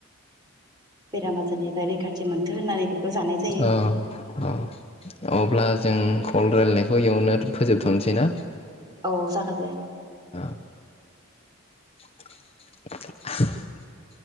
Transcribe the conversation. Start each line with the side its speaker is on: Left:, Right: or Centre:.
Right: बेेराम बेनिफ्राय रैखाथि मोनथों होननानै जानाय
Left: औ औ अब्ला जों रायलायनायखौ इयावनो फोजोबथ'नोसै ना?
Right: औ जागोन दे।
Left: औ <unintelligible>